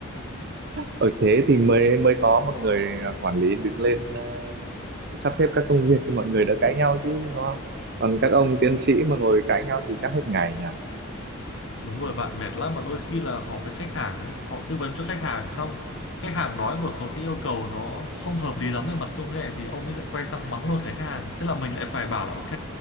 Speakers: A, on the right; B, on the left.
A: ở thế thì mới mới có một người à, quản lý đứng lên ờ, sắp xếp các công việc cho mọi người đỡ cãi nhau chứ đúng không còn các ông tiến sĩ mà ngồi cãi nhau thì chắc hết ngày nhỉ
B: Đúng rồi bạn mệt lắm mà đôi khi là họp với khách hàng ấy, họ tư vấn cho khách hàng xong khách hàng nói một số cái yêu cầu nó không hợp lý lắm về mặt công nghệ thì ông ấy lại quay sang mắng luôn cái khách hàng. Thế là mình lại phải bảo là ok,